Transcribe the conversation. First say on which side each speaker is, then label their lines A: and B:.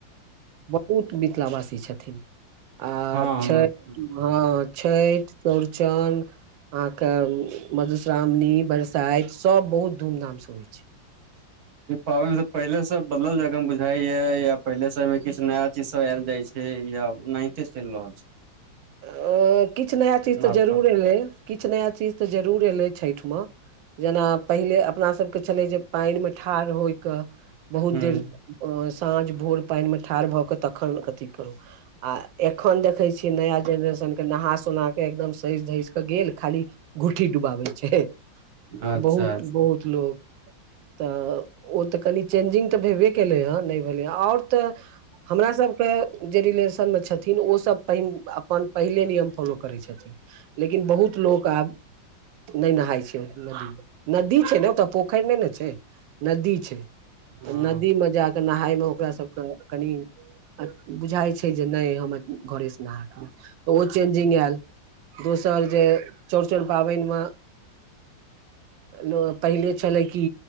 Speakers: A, on the right (about 80°); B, on the right (about 60°).
A: बहुत मिथिलावासी छथिन आ
B: हूँ
A: छै
B: हँ
A: <inaudible> हां छैठ, चौरचन, अहाँके उम्म मधुश्रामणी बर सैत सब बहुत धूम-धाम से होय छै।
B: ई पाबैन से पहिले सब बदल जाए एकदम बुझाय यै या पहिले समय मे किछ नया चीज सब ऐल जाय छै या ओनाहिते चैल रहल छै।
A: अ किछ नया चीज तै
B: नबका
A: जरूर ऐलै किछ नया चीज तै जरूर ऐलै छैठ में जेना पहिले अपना सबके छलै जे पैन मे ठाड़ होय के बहुत
B: ह
A: देर ओ साँझ-भोर पाएन मे ठाड़ भ क तखन अथी करू आ एखन देखे छीयै नया जेनरेशन के नहा सुना के एकदम सैज-धैज के गेल खाली घुट्ठी डुबाबे छै,
B: अच्छा
A: बहुत-बहुत
B: अच्छा
A: लोग तऽ ओ तऽ कनि चेंजिंग तऽ भेबे केलै हेँ नै भेलै हें और त हमरा सबके जे रिलेसन में छथिन ओ सब पैन अ अपन पहिले नियम फॉलो करै छथिन लेकिन बहुत लोक आब नै नहाय छै ओ नदी में, नद्दी छै नै ओतऽ पोखर नै नै छै, नद्दी छै।
B: ह
A: नदी मे जा कै नहा हाय में ओकरा सब के कनी अ बुझाय छै जे नै हम घरे से नहा <inaudible> ओ चेंजिंग ऐल दोसर जे चौरचन पाबैन मे लो पहिले छलै की